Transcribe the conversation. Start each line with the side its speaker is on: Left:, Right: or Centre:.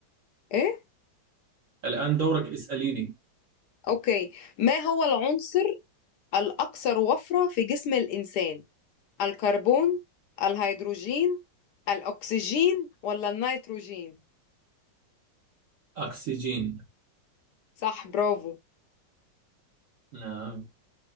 Left: ايه
Right: الآن دورك اسأليني
Left: اوكي ما هو العنصر الاكثر وفرة في جسم الانسان الكربون الهيدروجين الاكسجين ولا النيتروجين
Right: أكسجين
Left: صح برافو
Right: نعم